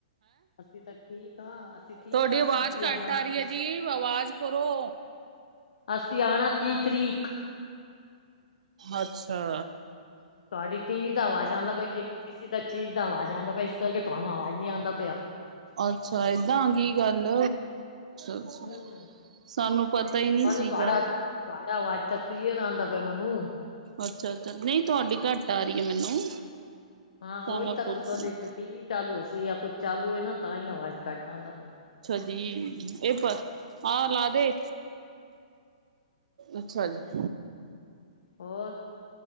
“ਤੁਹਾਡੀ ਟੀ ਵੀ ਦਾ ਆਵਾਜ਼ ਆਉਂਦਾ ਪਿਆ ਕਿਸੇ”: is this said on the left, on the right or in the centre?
Left